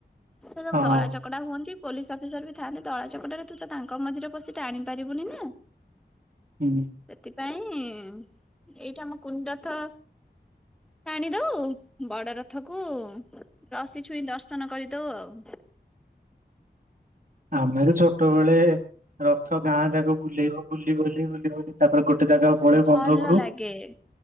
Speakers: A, in the centre; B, on the right.
A: ସେ ସବୁ
B: ହଁ
A: ଦଳା ଚ ଚକଡା ହୁଅନ୍ତି ପୋଲିସ ଅଫିସର ବି ଥାଆନ୍ତି ଦଳା ଚକଟରେ ତୁ ତ ତାଙ୍କ ମଝିରେ ବସି ଟାଣି ପାରିବୁନି ନା
B: ହୁଁ ହୁଁ
A: ସେଥିପାଇଁ ଏଇଟା ଆମ କୁନି ରଥ ଟାଣି ଦଉ ବଡ ରଥ କୁ ରଶୀଛୁଇଁ ଦର୍ଶନ କରିଦଉ ଆଉ।
B: ଆମେ ତ ଛୋଟ ବେଳେ ରଥ ଗାଁ ଯାକ ବୁଲେଇବ ବୁଲି ବଲି ବୁଲିିବଲି ତାପରେ ଗୋଟେ ଜାଗା ପଳେଇ
A: ଭଲ
B: ବନ୍ଧ ଉପୁରୁକୁ।
A: ଲାଗେ